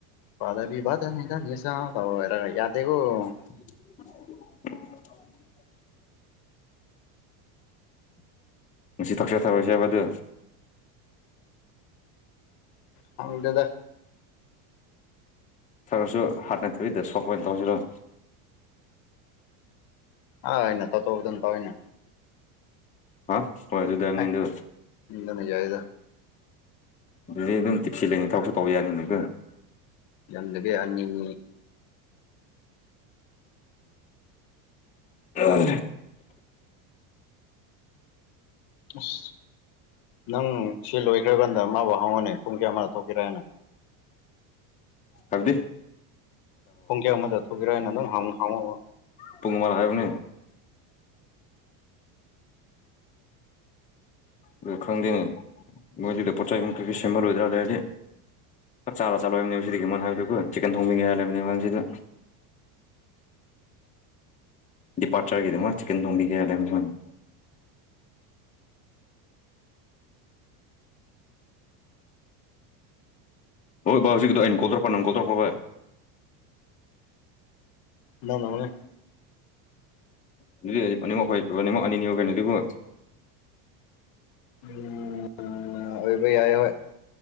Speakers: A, on the left; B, on the left.
A: ꯄꯥꯗꯕꯤ ꯕꯗꯅꯤ ꯗꯅꯥꯁꯥ ꯇꯧꯔꯦꯔꯒ ꯌꯗꯦꯀꯣ
B: <unintelligible> ꯉꯁꯤ ꯊꯛꯁꯤꯔ ꯊꯛꯑꯔꯣꯏꯖꯤ ꯍꯥꯏꯕ ꯑꯗꯨ
A: ꯐꯪꯗꯦꯗ
B: ꯊꯔꯁꯨ ꯍꯥꯠꯅꯊꯣꯛꯏꯗ ꯁꯣꯛꯄ ꯑꯣꯏꯅ ꯇꯧꯖꯤꯔꯣ
A: ꯑꯥꯏꯅꯀ ꯈꯇꯧꯕꯗꯨꯅ ꯐꯔꯦꯅꯦ
B: ꯍꯥ ꯍꯣꯏ ꯑꯗꯨꯗꯥꯏꯝꯅꯤꯟꯗꯨ
A: ꯑꯦ <unintelligible>
B: <unintelligible>
A: ꯌꯝꯗꯕꯤ ꯑꯅꯤ ꯑꯅꯤ
B: <inaudible>
A: ꯑꯁ ꯅꯪ ꯁꯤ ꯂꯣꯏꯈ꯭ꯔꯀꯥꯟꯗ ꯃꯥꯕꯨ ꯍꯪꯉꯣꯅꯦ ꯄꯨꯡ ꯀꯌꯥ ꯋꯥꯏꯗ ꯊꯣꯛꯀꯦꯔꯥ ꯍꯥꯏꯅ
B: ꯍꯥꯏꯕꯥꯗꯤ
A: ꯄꯨꯡ ꯀꯌꯥ ꯋꯥꯏꯗꯥ ꯊꯣꯛꯀꯦꯔꯥꯅꯥ ꯑꯗꯨꯝ ꯍꯪꯉꯣꯕꯥ
B: ꯄꯨꯡ ꯑꯃꯗ ꯍꯥꯏꯕꯅꯦ ꯑꯗꯨ ꯈꯪꯗꯦꯅꯦ ꯃꯣꯏꯗꯨꯗ ꯄꯣꯠ ꯆꯩ ꯑꯃ ꯀꯩꯀꯩ ꯁꯦꯝꯃꯔꯣꯏꯗ꯭ꯔꯥ ꯂꯩꯔꯗꯤ ꯆꯥꯛꯆꯥꯔ ꯆꯠꯂꯣ ꯍꯥꯏꯕꯅꯦꯕꯥꯀꯣ ꯆꯤꯛꯀꯟ ꯊꯣꯡꯕꯤꯒꯦ ꯍꯥꯌꯕꯅꯤ ꯁꯤꯗ ꯗꯤꯄꯥꯔꯆꯔꯒꯤꯗꯃꯛ ꯆꯤꯀꯟ ꯊꯣꯡꯕꯤꯒꯦ ꯍꯥꯌꯕꯅꯤ ꯑꯣꯏ ꯕꯥꯏ ꯍꯧꯖꯤꯛꯀꯤꯗꯣ ꯅꯪꯅ ꯀꯣꯜ ꯇꯧꯔꯛꯄꯔꯣ ꯑꯩꯅꯥ ꯇꯧꯔꯛꯄꯔꯣ ꯕꯥꯢ
A: ꯅꯡꯅ
B: ꯑꯗꯨꯗꯤ ꯑꯈꯣꯏ ꯑꯅꯤꯃꯛ ꯑꯅꯤ ꯑꯅꯤ ꯇꯧꯅꯁꯦꯀꯣ
A: ꯎꯝ ꯑꯣꯏꯕ ꯌꯥꯏ ꯍꯣꯌ